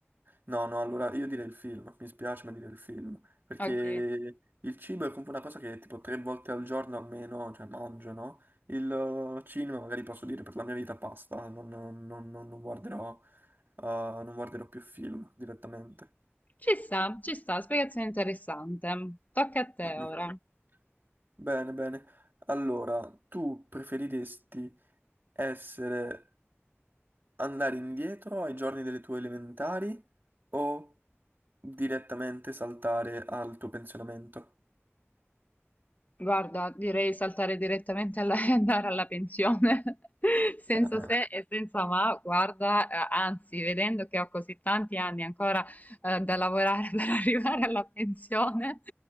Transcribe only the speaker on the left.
ok.
Ci sta, ci sta, spiegazione interessante. Tocca a te
ora.
Guarda, direi saltare direttamente alla, <laughs> e andare alla pensione, <laughs> senza
se e senza ma, guarda, eh, anzi, vedendo che ho così tanti anni ancora eh, da lavorare <laughs> per arrivare alla pensione, <laughs>